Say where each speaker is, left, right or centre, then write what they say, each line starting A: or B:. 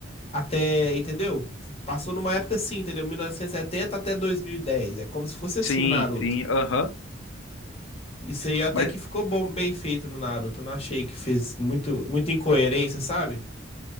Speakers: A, on the left; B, on the left.
A: até, entendeu? Passou numa época assim, entendeu? 1970 até 2010. É como se fosse assim
B: Sim,
A: o Naruto.
B: sim, aham.
A: Isso aí até
B: Mas
A: que ficou bom, bem feito no Naruto. Eu não achei que fez muito, muita incoerência, sabe?